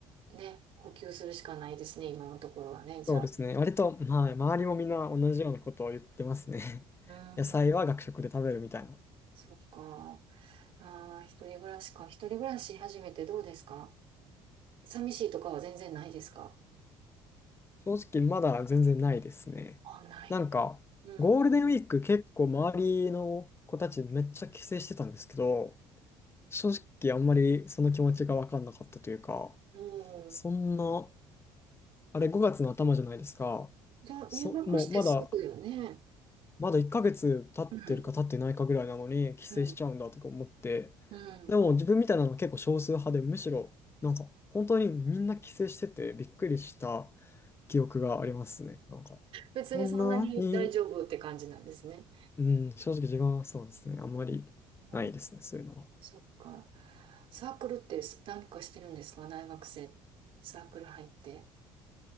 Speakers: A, on the right; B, on the left.
A: ね、補給するしかないですね、今のところはね、じゃあ。
B: そうですね。割と、はい、周りもみんな同じようなことを言ってますね。
A: うん、
B: <laughs> 野菜は学食で食べるみたいな。
A: そっか。ああ、一人暮らしか。一人暮らし始めてどうですか寂しいとかは全然ないですか
B: 正直、まだ全然ないですね。
A: あ、ない。
B: なんか、
A: うん。
B: ゴールデンウィーク結構周りの子たちめっちゃ帰省してたんですけど、正直あんまりその気持ちがわかんなかったというか、
A: う
B: そんな
A: ん。
B: あれ5月の頭じゃないですか。
A: じゃあ、
B: そ、
A: 入学してすぐよね。
B: もうまだ、まだ1ヶ月経ってるか経ってないかぐらいなのに帰省しちゃうんだとか思って。
A: うん。うん。うん。
B: でも自分みたいなのは結構少数派で、むしろなんか本当にみんな帰省しててびっくりした記憶がありますね。なんか、
A: 別にそんなに大丈夫って感じなんですね。
B: こんなに、うん、正直自分はそうですね。あんまりないですね、
A: うん
B: そういうのは。
A: そっか。サークルってす何かしてるんですか大学生。サークル入って。